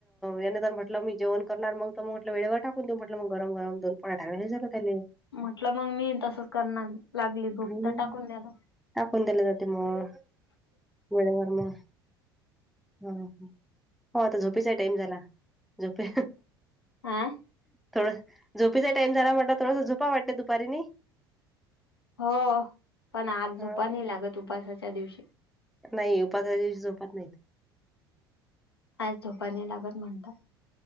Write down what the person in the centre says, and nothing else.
याने जर म्हटलं मी जेवण करणार मग तर मग म्हटलं वेळेवर टाकून देऊ म्हटलं मग गरम गरम दोन पोळ्या <unintelligible> हे झालं त्याले.
हं.
टाकून दिले जाते मग वेळेवर म. हो आता झोपेचा टाईम झाला झोपे
थोड झोपेचा टाईम झाला म्हटलं थोडस झोपाव वाटते ना दुपारी नाई.
हां.
नाय उपवासाच्या दिवशी झोपत नायत.